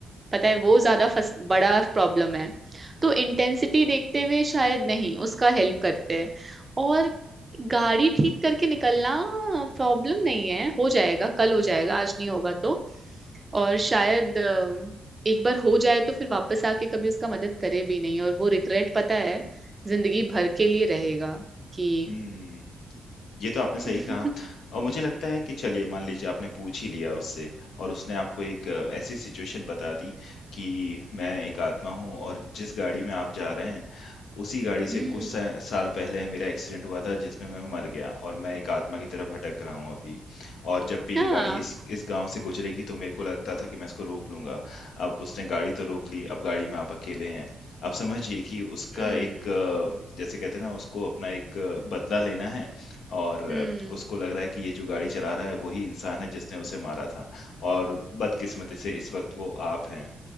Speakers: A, on the right (about 25°); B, on the left (about 80°).
A: पता है वो ज्यादा फंस बड़ा प्रॉब्लम है तो इंटेंसिटी देखते हुए शायद नहीं उसका हेल्प करते हैं और गाड़ी ठीक करके निकलना प्रॉब्लम नहीं है हो जाएगा कल हो जाएगा आज नहीं होगा तो और शायद अ, एक बार हो जाए तो फिर वापस आके कभी उसका मदद करे भी नहीं और वो रिग्रेट पता है जिंदगी भर के लिए रहेगा कि
B: हम्म ये तो आपने सही
A: <laughs>
B: कहा और मुझे लगता है कि चलिए मान लीजिए आपने पूछ ही लिया उससे और उसने आपको एक अ, ऐसी सिचुएशन बता दी कि मैं एक आत्मा हूँ और जिस गाड़ी में आप जा रहे हैं उसी गाड़ी से
A: हम्म
B: कुछ सा साल पहले मेरा एक्सीडेंट हुआ था जिसमें मैं मर गया और मैं एक आत्मा की तरह भटक रहा हूँ अभी और जब भी
A: हाँ
B: ये गाड़ी इस इस गांव से गुजरेगी तो मेरे को लगता था कि मैं इसको रोक लूंगा अब उसने गाड़ी तो रोक ली अब गाड़ी में आप अकेले हैं अब समझिए कि उसका
A: हम्म
B: एक अ, जैसे कहते हैं ना उसको अपना एक अ, बदला लेना है और
A: हम्म
B: अ, उसको लग रहा है कि ये जो गाड़ी चला रहा है वही इंसान है जिसने उसे मारा था और बदकिस्मती से इस वक्त वो आप हैं